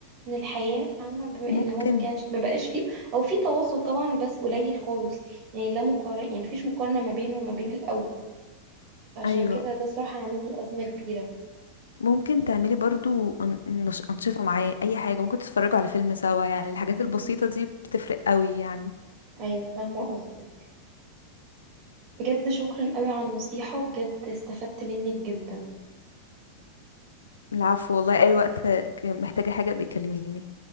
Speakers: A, on the right; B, on the left.
A: من الحياه فاهمه بما
B: ممكن
A: ان هو ما كانش ما بقاش فيه او في تواصل طبعا بس قليل خالص يعني لا مقارنه يعني مفيش مقارنه ما بينه وما بين الاول فعشان
B: ايوه
A: كده ده صراحه عامل لي ازمه كبيره
B: ممكن تعملي برضو أن- نش- انشطة معاه اي حاجة ممكن تتفرجوا على فيلم سوا يعني الحاجات
A: مهم.
B: البسيطة دي بتفرق قوي يعني
A: ايوه فاهمه قصدك بجد شكرا قوي على النصيحة بجد استفدت منك جدا
B: العفو والله اي وقت ك- محتاجة حاجة بيكلميني